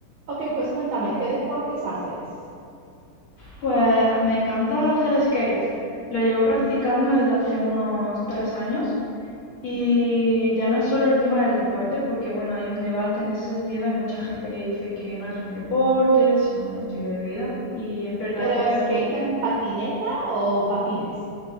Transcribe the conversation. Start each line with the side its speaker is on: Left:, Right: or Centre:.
Right: Ok, pues cuéntame, ¿qué deportes haces?
Left: Pues me encanta hacer skate. Lo llevo practicando desde hace unos tres años y
Right: Ujú.
Left: ya no es solo el tema del deporte, porque bueno, hay un debate en ese sentido, hay mucha gente que dice que no es un deporte, sino un estilo de vida. Y es verdad
Right: ¿Pero
Left: que
Right: skate
Left: mm,
Right: en patineta o patines?